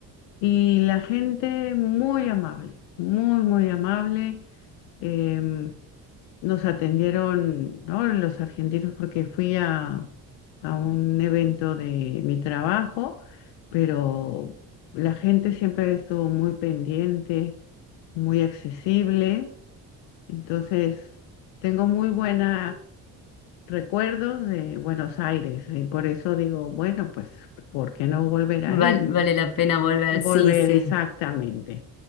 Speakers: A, on the left (about 80°); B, on the left (about 50°).
A: y la gente muy amable, muy, muy amable. em, nos atendieron, ¿no? Los argentinos, porque fui a, a un evento de mi trabajo, pero la gente siempre estuvo muy pendiente, muy accesible. Entonces, tengo muy buenos recuerdos de Buenos Aires y por eso digo, bueno, pues, ¿por qué no volver a
B: val-
A: ir?
B: vale la pena volver.
A: Volver
B: Sí, sí.
A: exactamente.